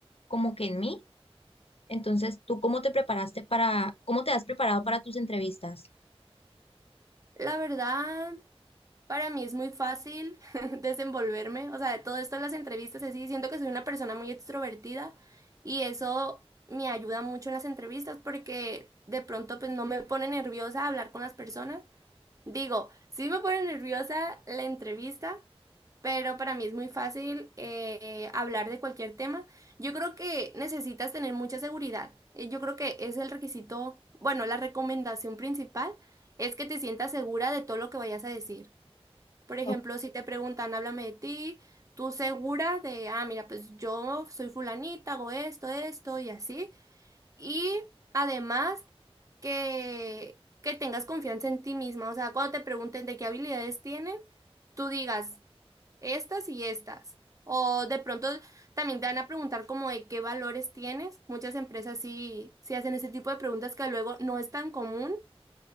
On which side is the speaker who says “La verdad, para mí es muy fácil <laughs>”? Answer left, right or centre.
Right